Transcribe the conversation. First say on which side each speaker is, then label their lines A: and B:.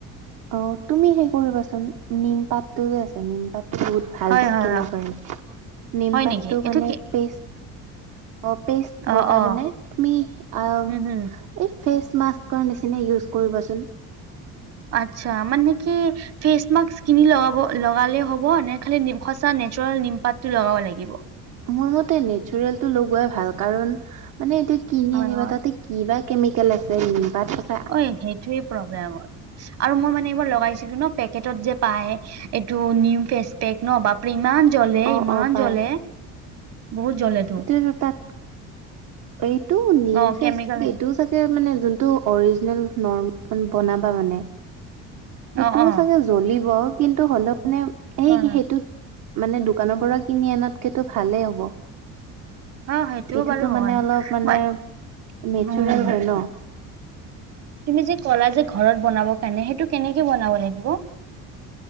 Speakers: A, on the right; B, on the right.
A: অ তুমি সেই কৰিবাচোন নিমপাতটো যে আছে নিমপাতো বহুত ভাল
B: হয়
A: স্কিনৰ
B: হয় হয়
A: কাৰণে নিমপাতটো
B: হয় নেকি? এইটো
A: মানে
B: কি
A: পেষ্ট অ পেষ্ট বতাই
B: অ', অ',
A: মানে তুমি আম
B: হম, হম,
A: এই ফেচ মাস্ককনৰ নিচিনা ইউজ কৰিবচোন।
B: আত্চ্ছা মানে কি? ফেচ মাস্ক কিনি লগাব লগালে হ'ব নে খালে নি সঁচা নেচাৰেল নিমপাতটো লগাব লাগিব।
A: মোৰ মতে নেচাৰেল টো লগোৱাই ভাল কাৰণ মানে এতিয়া কিনি
B: হয়,
A: আনিবা
B: হয়।
A: তাতে কিবা কেমিকেল আছে, নিমপাত খছ
B: ঐ সেইটোৱে প্ৰব্লেম হয়। আৰু মই মানে এইবাৰ লগাইছিলো ন পেকেটত যে পায় এইটো নিম ফেচ পেক ন বাপৰে ইমান জ্বলে
A: অ',
B: ইমান
A: অ', পাই
B: জ্বলে, বহুত জ্বলেটো
A: সেইটো তাত এইটো নিম
B: অ',
A: ফেইচ
B: কেমিকেল অ',
A: এইটোও চাগ যে মানে যোনটো অৰিজিনেল নৰ মন বনাবা মানে সেইটোও
B: অ',
A: চাগে জ্বলিব কিন্তু হ'লেও মানে সেই
B: হয়, হয়,
A: সেইটোত মানে দোকানৰ পৰা কিনি আনাতকেটো ভালেই হ'ব।
B: অ', সেইটোও
A: এইটোতো
B: বাৰু
A: মানে
B: হয়।
A: অলপ মানে
B: মই
A: নেচৰেল
B: উম,
A: হয় ন।
B: তুমি যে কলা যে ঘৰত বনাব কাৰণে সেইটো কেনেকে বনাব লাগিব?